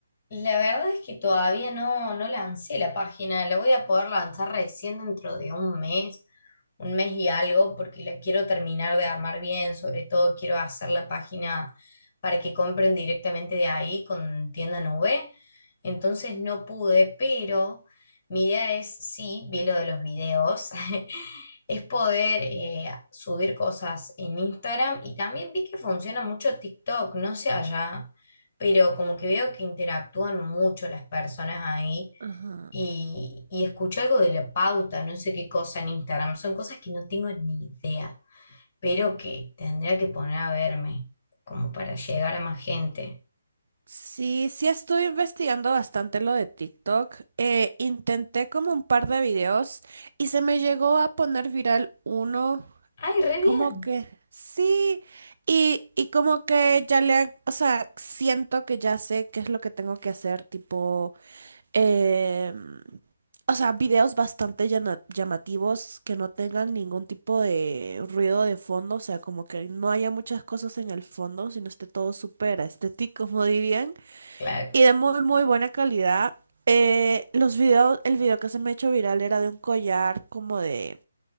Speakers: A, on the left (about 40°); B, on the right (about 65°).
A: La verdad es que todavía no, no lancé la página, la voy a poder lanzar recién dentro de un mes, un mes y algo, porque la quiero terminar de armar bien, sobre todo quiero hacer la página para que compren directamente de ahí con tienda nube, entonces no pude, pero mi idea es, sí, vi lo de los videos, <laughs> es poder eh, subir cosas en Instagram y también vi que funciona mucho TikTok, no sé allá pero como que veo que interactúan mucho las personas ahí
B: Ajá.
A: y, y escuché algo de la pauta, no sé qué cosa en Instagram, son cosas que no tengo ni idea, pero que tendría que poner a verme como para llegar
B: S-
A: a más gente.
B: Sí, sí estoy investigando bastante lo de TikTok. Eh, intenté como un par de videos y se me llegó a poner viral uno.
A: ¡Ay, re bien!
B: Como que sí, y, y como que ya le, o sea, siento que ya sé qué es lo que tengo que hacer, tipo, em, o sea, videos bastante llana- llamativos que no tengan ningún tipo de ruido de fondo, o sea, como que no haya muchas cosas en el fondo, sino esté todo súper estético, como dirían,
A: Claro.
B: y de muy, muy buena calidad. Eh, los videos, el video que se me ha hecho viral era de un collar como de